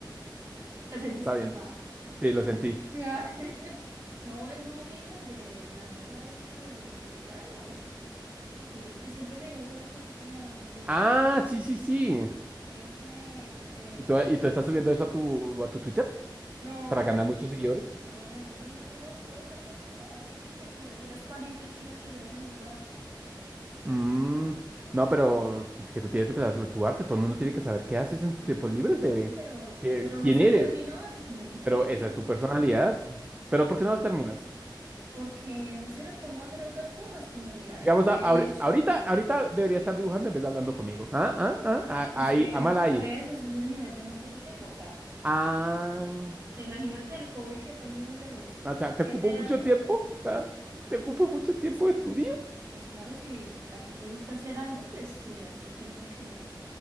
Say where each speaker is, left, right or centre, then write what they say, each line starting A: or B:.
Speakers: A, on the right; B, on the right.
A: ¿Te sentiste
B: está bien.
A: tocado?
B: Sí, lo sentí.
A: Ah. <laughs> No, el Lubin, el de, de la novela esta de, del villano. El que, el que siempre le dibujó el cosito en la, en la frente.
B: Ah, sí, sí, sí.
A: Ese, ese.
B: ¿Y tú, y tú estás subiendo eso a tu, a tu Twitter
A: No,
B: para ganar muchos seguidores?
A: no, yo no, yo no puedo ser popular. Esa popularidad es para gente chida que se hace notar.
B: Mm, no, pero es que tú tienes que empezar a subir tu arte. Todo el mundo tiene que saber qué haces en tus
A: Ah,
B: tiempos
A: que
B: libres,
A: sí,
B: bebé.
A: pero,
B: ¿Qué-
A: pero no
B: quién
A: están
B: eres?
A: terminados y como no están
B: Pero
A: terminados,
B: esa es tu
A: pues,
B: personalidad. Pero ¿por qué no los terminas?
A: porque no se me pongo a hacer otras cosas como mirar
B: Digamos,
A: el techo.
B: a- ahori- ahorita, ahorita debería estar dibujando en vez de hablando conmigo. Ah, ah, ah,
A: Ah,
B: ah,
A: es
B: ahí,
A: que
B: a mal ahí.
A: por eso ese es el nivel de amor que te tengo. O sea,
B: Ah,
A: te imagínate el hobby que he tenido desde los
B: o sea,
A: siete
B: ¿te ocupo mucho
A: años,
B: tiempo?
A: ¿verdad?
B: O sea, ¿te ocupo mucho tiempo de tu día?
A: Pues claro, si a ti te gusta hacer algo, pues le das el tiempo que,